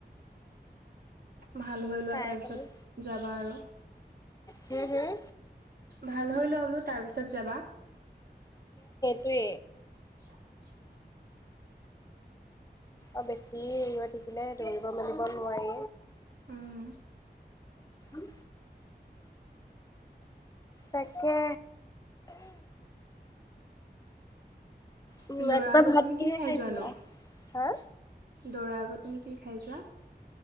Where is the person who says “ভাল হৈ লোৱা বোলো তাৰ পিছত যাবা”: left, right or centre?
Right